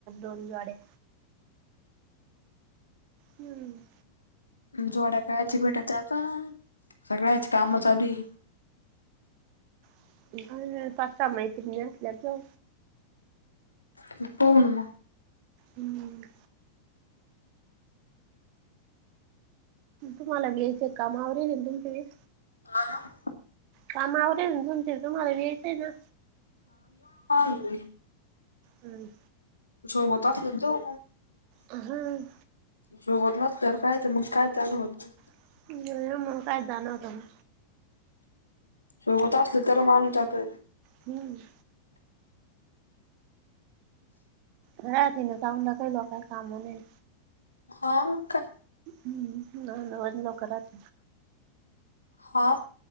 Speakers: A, on the right; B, on the left.
A: दोन जोड्या. हम्म
B: जोड्या कायची भेटायच्या आता सगळ्याची कामं चालू हाय. <inaudible>
A: <unintelligible> असल्या जा
B: <inaudible> पवणम
A: हम्म तुम्हाला वेळच्या कामावर येई तुमचे वेस
B: हॅलो! !
A: काम आवर गेलते तुम्हाला यायचंय ना
B: हो
A: हम्म
B: सोबत असेल जाऊ मग
A: हम्म
B: सोबत न तर कायच मग काय चालू होत.
A: <unintelligible> काय जाण होत मी
B: सोबत असलं तर माणुस जातोय.
A: हम्म राह त ना चांगला काय लोकांना काय काम नाही?
B: हा मग काय?
A: हम्म लोक राात
B: हा